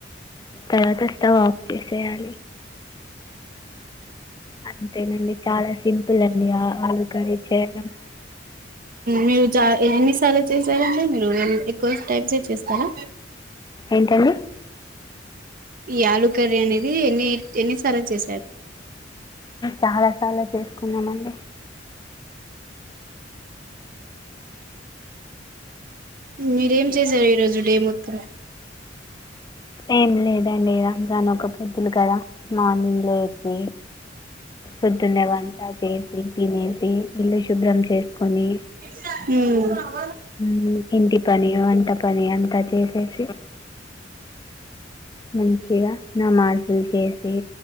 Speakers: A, on the left; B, on the right.
A: తర్వాత స్టవ్ ఆఫ్ చేసేయాలి అంతేనండి చాలా సింపుల్ అండి ఆ ఆలు కర్రీ చేడం
B: మీరు చ ఎన్నిసార్లు చేసారండీ మీరు ఎక్కువ టైమ్స్ చేస్తారా
A: ఏంటండి
B: ఈ ఆలు కర్రీ అనేది ఎన్ని ఎన్నిసార్లు చేశారు
A: చాలా సార్లు చేసుకున్నామండి
B: మీరేం చేశారు ఈ రోజు డేమ్ వత్త
A: ఏం లేదండి రంజాన్ ఒక పొద్దులు కదా మార్నింగ్ లేతే పొద్దునే వంట చేసి తినేసి ఇల్లు శుభ్రం చేసుకొని
B: ఉ
A: ఉ ఇంటి పని వంట పని అంతా చేసేసి మంచిగా నా మార్సులు చేసి